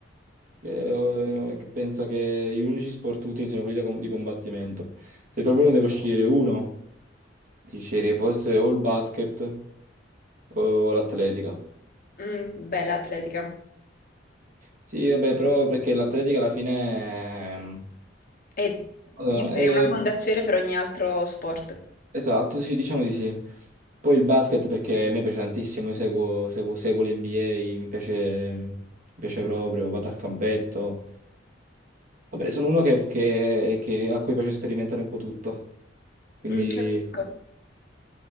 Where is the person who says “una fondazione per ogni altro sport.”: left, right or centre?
Left